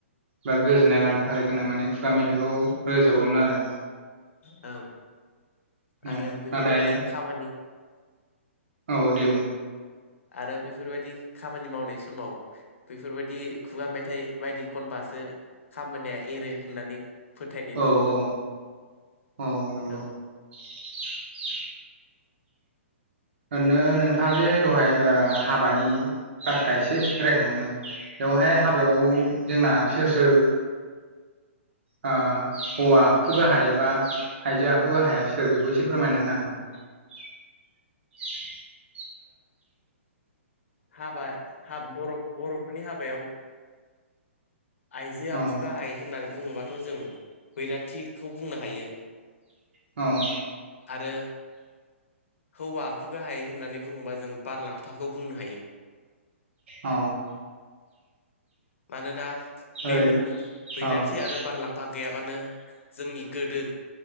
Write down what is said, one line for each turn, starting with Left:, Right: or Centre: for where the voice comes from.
Right: बा गोजोननाय
Left: औ
Right: लानो थाखाय जोंना माने खुगा मेथाइखौ रोजाबोमोन आरो।
Left: औ आरो
Right: औनाथाय
Left: बेफोरबायदि खामानि
Right: औ दे बुं?
Left: आरो बेफोरबायदि खामानि मावनाय समाव बेफोरबायाददि खुगा मेथाइ बायदि खनबास सो खामानिया एरो होननानै फोथायनाय
Right: औ
Left: दङमोन
Right: औ औ नंगौ
Left: औ।
Right: <unintelligible> ओरनो नोंथाङा जे दहाय हाबानि बाथ्रा एसे रायखांदोंमोन बेवहाय
Left: औ
Right: हाबायाव
Left: ओ
Right: जोंना सोर सोर? हौवा आखु गाहाय एबा आइजो आखु गाहाया सोर बेखौ एसे फोरमायना होनो हागोन आ? <unintelligible>
Left: हाबा बर बर'फोरनि हाबायाव आइजो आखु
Right: हागोन नामा
Left: गाहाय होननानै बुङोबाथ' जों बैराथिखौ बुंनो हायो
Right: औ।
Left: आरो हौवा आखु गाहाइ होननानै बुङोबा जों बारलांफाखौ बुंनो हायो।
Right: औ
Left: मानोना बे
Right: ओरैनो
Left: मोन बैराथि
Right: औ
Left: आरो बारलांफा गैयाबानो जोंनि गोदोग